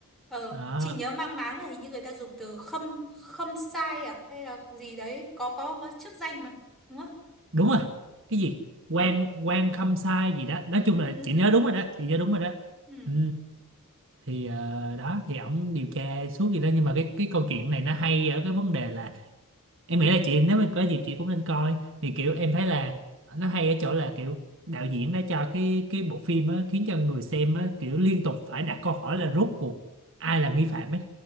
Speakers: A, in the centre; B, on the right.
A: Ờ,
B: đó
A: chị nhớ mang máng là hình như người ta dùng từ khâm khâm sai à hay là gì đấy, có có có chức danh mà, đúng không?
B: đúng rồi
A: Ừ
B: cái gì quan quan khâm sai gì đó nói chung
A: ừ
B: là
A: ừ.
B: chị
A: ừ.
B: nhớ đúng rồi đó chị nhớ đúng rồi đó
A: ừ.
B: ừ thì ờ, đó thì ổng điều tra suốt gì đó nhưng mà cái cái câu chuyện này nó hay ở cái vấn đề là em nghĩ là chị nếu mà có dịp chị cũng nên coi thì kiểu em thấy là nó hay ở chỗ là kiểu đạo diễn đã cho cái cái bộ phim á, khiến cho người xem á, kiểu liên tục phải đặt câu hỏi là rốt cuộc ai là nghi phạm ấy